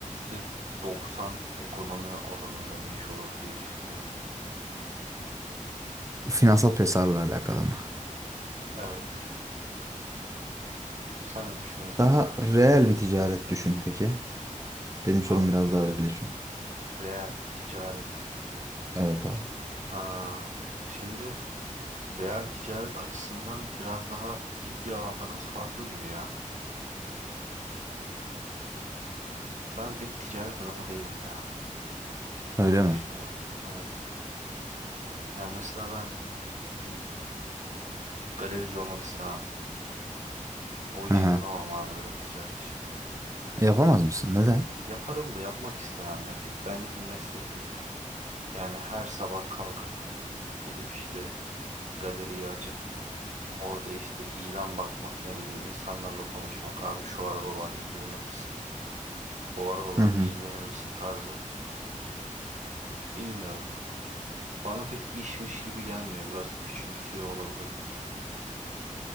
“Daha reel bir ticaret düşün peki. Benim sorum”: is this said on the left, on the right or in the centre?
Right